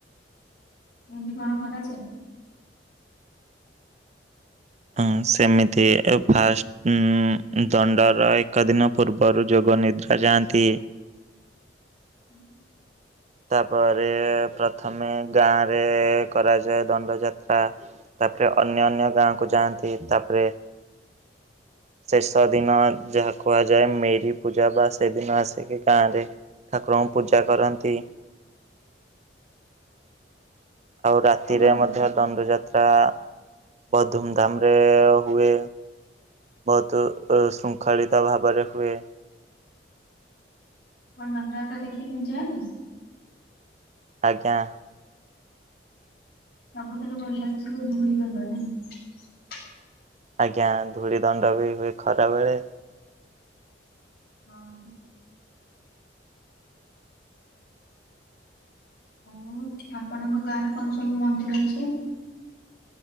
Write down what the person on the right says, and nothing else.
ହଁ ସେମିତି ଫାଷ୍ଟ ହୁଁ ଏଦଣ୍ଡର ଏକ ଦିନ ପୂର୍ବରୁ ଯୋଗୁ ନିଦ୍ରା ଯାଆନ୍ତି?
ତାପରେ ପ୍ରଥମେ ଗାଁରେ କରାଯାଏ ଦଣ୍ଡ ଯାତ୍ରା। ତାପରେ ଅନ୍ୟ ଅନ୍ୟ ଗାଁକୁ ଯାଆନ୍ତି ତାପରେ ଶେଷ ଦିନ ଯାହା କୁହାଯାଏ ମେରି ପୂଜା ବା ସେଦିନ ଆସିକି ଗାଁ ରେ ଠାକୁରଙ୍କୁ ପୂଜା କରନ୍ତି।
ଆଉ ରାତିରେ
ମଧ୍ୟ ଦଣ୍ଡଯାତ୍ରା ତା ବହୁତ ଧୁମଧାମ ରେ ହୁଏ। ବହୁତୁ ଶୃଙ୍ଖଳିତ ଭାବରେ ହୁଏ।
ଆଜ୍ଞା।
ଆଜ୍ଞା ଧୂଳି ଦଣ୍ଡ ବି ହୁଏ ଖରା ବେଳେ।